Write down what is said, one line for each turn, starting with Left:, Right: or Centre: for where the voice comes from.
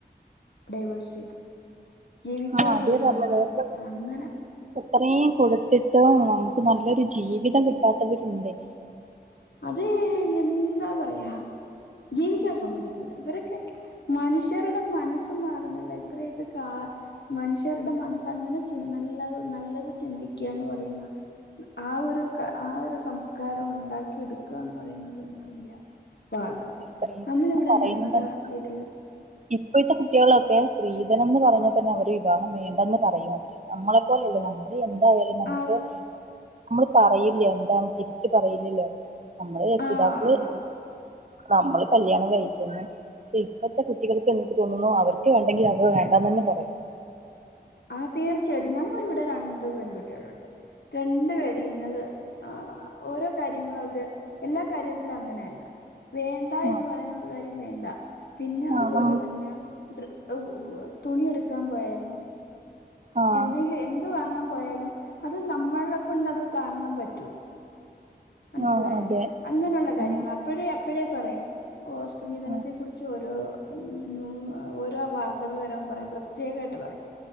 Left: ഡൈവേഴ്സ് ചെയ്തു ജീവിക്കാനൊരു
Right: ആഹ് അതേ
Left: സമാധാനം
Right: പറഞ്ഞത് അതൊക്കെ
Left: കൊടുക്കാതെ അങ്ങനെ
Right: അത്രയും കൊടുത്തിട്ട് നമുക്ക് നല്ലൊരു ജീവിതം കിട്ടാത്തവരുൺടൈ.
Left: അത് എന്താ പറയാ ജീവിക്കാൻ സമ്മതിക്കൂല ഇവരൊക്കെ മനുഷ്യരുടെ മനസ് ത്തും മാറുന്നില്ല ഇത്രയൊക്കെ കാ മനുഷ്യരുടെ മനസ്ങ്ങനെ ചി നല്ലത് നല്ലത് ചിന്തിക്ക് ക്ക്യാന്ന് പറയുന്ന ആ ഒരു ആ ഒരു സംസ്കാരം ഉണ്ടാക്കി ക്കാന്ന് പറയുന്നത് തന്നെ വലിയ പാടാണ്
Right: സ്ത്രീധനം
Left: നമ്മളിവിടെ
Right: പറയുന്നത്
Left: ഞങ്ങളടെ
Right: തന്നെ
Left: വീട്ടില്
Right: ഇപ്പോഴത്തെ കുട്ടികളൊക്കെ സ്ത്രീധനം ന്ന് പറഞ്ഞാൽ തന്നെ അവര് വിവാഹം വേണ്ടെന്ന് പറയും അവര് നമ്മളെപ്പോലെയല്ലേ നമ്മൾ എന്തായാലും നമുക്ക്
Left: ആ
Right: നമ്മള് പറയില്ല എന്താ തിരിച്ച് പറയില്ലല്ലോ. നമ്മള് രക്ഷിതാക്കള്
Left: ആ ആ
Right: നമ്മള് കല്യാണം കഴിക്കുന്നു പക്ഷെ ഇപ്പഴത്തെ കു കുട്ടികൾക്ക് എനിക്ക് തോന്നുന്നു അവർക്ക് വേണ്ടെങ്കിൽ അത് വേണ്ടാന്ന് ന്നെ പറയും.
Left: ആ തീർച്ചയായിട്ടും ഞങ്ങളിവിടെ രണ്ടു പെൺകുട്ടികളുണ്ട് രണ്ടു പേരേം ഇന്നത് ആ ഓരോ കാര്യങ്ങളും അവര് എല്ലാ കാര്യത്തിലും അങ്ങനെ അല്ല വേണ്ട എന്ന്
Right: ആഹ്
Left: പറയുന്നത് കാര്യം വേണ്ട പിന്നെ അതുപോലെ
Right: ആഹ് നമ്മൾ
Left: തന്നെ <unintelligible> തുണി എടുക്കാൻ പോയാലും
Right: ആഹ്
Left: എന്തെങ്കിലും എന്ത് വാങ്ങാൻ പോയാലും അത് നമ്മളെ കൊണ്ട് അത് താങ്ങാൻ പറ്റോ മനസ്സിലായ
Right: ആഹ് അതെ
Left: അങ്ങനെയുള്ള കാര്യങ്ങൾ
Right: ഉം
Left: അപ്പോഴേ അപ്പോഴേ പറയൂ ഓ സ്ത്രീധനത്തെ
Right: ആഹ്
Left: കുറിച്ച് ഓരോയ ഓരോ വാർത്തകൾ വരാൻ പറ പ്രത്യേകായിട്ട് പറയുംം